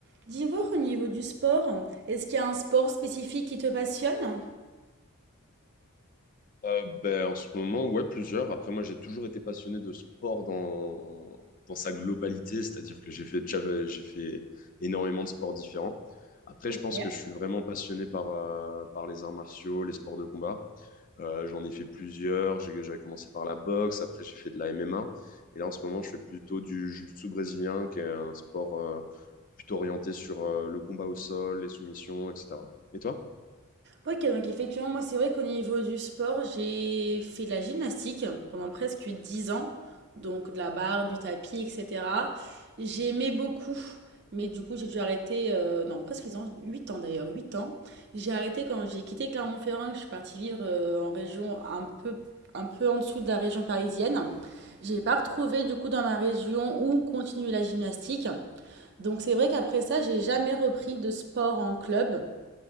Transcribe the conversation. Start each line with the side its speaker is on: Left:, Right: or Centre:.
Right: D'y voir au niveau du sport, est-ce qu'il y a un sport spécifique qui te passionne?
Left: Euh, ben, en ce moment, ouais, plusieurs. Après, moi, j'ai toujours été passionné de sport dans, dans sa globalité, c'est-à-dire que j'ai fait, déjà- j'ai fait énormément de sports différents. Après,
Right: OK.
Left: je pense que je suis vraiment passionné par, euh, par les arts martiaux, les sports de combat. Euh, j'en ai fait plusieurs. J'ai- J'avais commencé par la boxe, après j'ai fait de la MMA. Et là, en ce moment, je fais plutôt du jiu-jitsu brésilien, qui est un sport euh, plutôt orienté sur euh, le combat au sol, les soumissions, etc. Et toi?
Right: OK, donc effectivement, moi, c'est vrai qu'au niveau du sport, j'ai fait de la gymnastique pendant presque 10 ans, donc de la barre, du tapis, etc. J'aimais beaucoup, mais du coup, j'ai dû arrêter, euh, non, presque 10 ans, 8 ans d'ailleurs, 8 ans. J'ai arrêté quand j'ai quitté Clermont-Ferrand, que je suis partie vivre euh, en région un peu, un peu en dessous de la région parisienne. J'ai pas retrouvé du coup dans ma région où continuer la gymnastique. Donc c'est vrai qu'après ça, j'ai jamais repris de sport en club.